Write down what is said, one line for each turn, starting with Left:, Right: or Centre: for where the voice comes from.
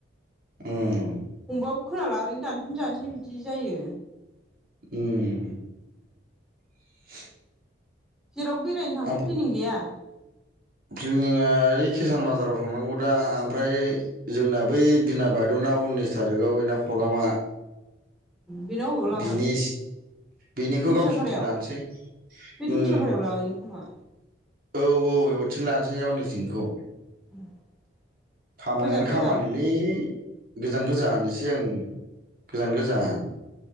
Right: उम
Centre: हमबाबो खोनाला ओरैनो दानफिन जानोसै बिदि जायो।
Right: उम <inaudible>
Centre: जेरावबो बेरायनो थांनो
Right: आंबो
Centre: प्लेनिं गैया?
Right: प्लेनिंआ ओइ किसान बाजाराव थांनांगौ दा ओमफ्राय जोंना बै बिना बारद'नाव उननिस थारिकआव इना प्रग्रामा।
Centre: बेना अबेयाव लागोन?
Right: बिनि बेनिखौ
Centre: दुंखियापारायाव
Right: गावसिनिथिं लानोसै
Centre: बे दुंखियापारायाव
Right: उम
Centre: लाहैयो खोमा
Right: औ औ बिथिं लानोसै गावनि थिंखौ
Centre: <inaudible>
Right: खामानियानो खामानिलै
Centre: गोजान
Right: गोजान गोजान इसे उम गोजान गोजान।